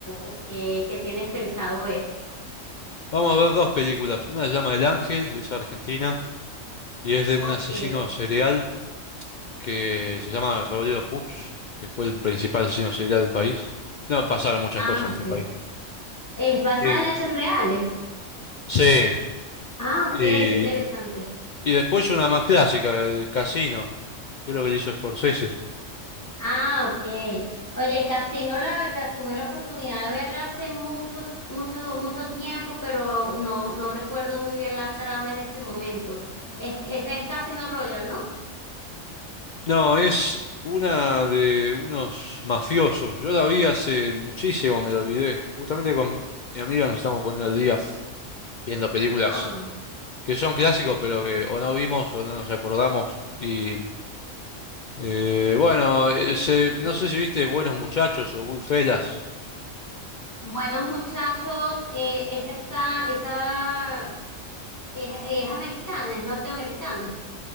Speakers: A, on the left; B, on the left.
A: o qué, qué tienes pensado ver?
B: Vamos a ver dos películas. Una se llama El Ángel, es argentina, y es de un
A: Ok.
B: asesino serial que se llama Rodrigo Puch, que fue el principal asesino serial del país. No, pasaron muchas
A: Ah,
B: cosas
A: ok.
B: en este país.
A: Es basada
B: Y el-
A: en hechos reales.
B: Sí,
A: Ah,
B: y,
A: ok, qué interesante.
B: y después una más clásica, el Casino, creo que es lo que le hizo Scorsese.
A: Ah, ok. Oye, Casino la, la- tuve la oportunidad de verla hace muchos, mucho, mucho tiempo, pero no, no recuerdo muy bien la trama en este momento. Es, esa es Casino Royal, ¿no?
B: No, es una de unos mafiosos. Yo la vi hace muchísimo, me la olvidé. Justamente con mi amiga nos estamos poniendo al día viendo películas
A: Ah.
B: que son clásicos, pero que o no vimos o no nos acordamos. Y eh, bueno, eh, se- no sé si viste Buenos Muchachos o Goodfellas.
A: Buenos muchachos, eh, esa está, esa es, es americana, es norteamericana.